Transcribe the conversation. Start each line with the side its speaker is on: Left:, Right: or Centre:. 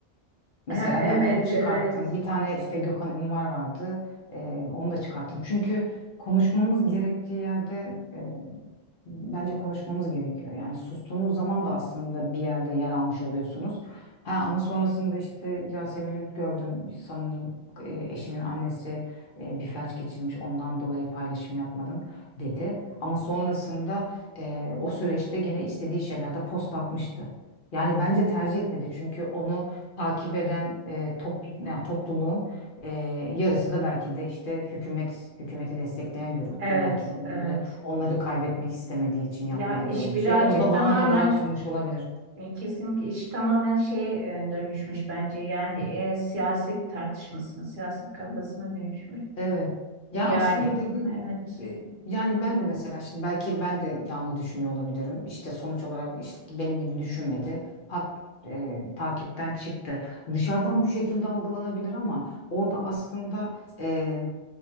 Left: Mesela
Right: Ha, evet,
Left: ben onu çıkarttım.
Right: evet,
Left: Bir tane işte Gökhan Ünvar vardı. Ee, onu da çıkarttım. Çünkü konuşmamız gerektiği yerde e, bence konuşmamız gerekiyor. Yani sustuğunuz zaman da aslında bir yerde yer almış oluyorsunuz. Ha, ama sonrasında işte Yasemin'in gördüm sanırım e, eşinin annesi e, bir felç geçirmiş ondan dolayı paylaşım yapmadım dedi. Ama sonrasında e, o süreçte gene istediği şeylerde post atmıştı. Yani bence tercih etmedi çünkü onu takip eden e, topl- yani topluluğun e, yarısı da belki de işte hükümet hükümeti destekleyen gruptu.
Right: evet,
Left: Belki de onları
Right: evet.
Left: onları kaybetmek istemediği için
Right: Ya
Left: yapmadı
Right: iş
Left: böyle bir
Right: birazcık
Left: şey. Onu da
Right: tamamen
Left: bahane olarak sunmuş olabilir.
Right: e, kesinlikle iş tamamen şeye e, dönüşmüş bence. Yani e, siyaset tartışmasına, siyaset kavgasına dönüşmüş.
Left: Evet. Ya
Right: Yani
Left: aslında dediğim
Right: evet.
Left: e, yani ben de mesela şimdi belki ben de yanlı düşünüyor olabilirim. İşte sonuç olarak işte benim gibi düşünmedi. Pat e, takipten çıktı. Dışarıdan bu şekilde algılanabilir ama orada aslında e,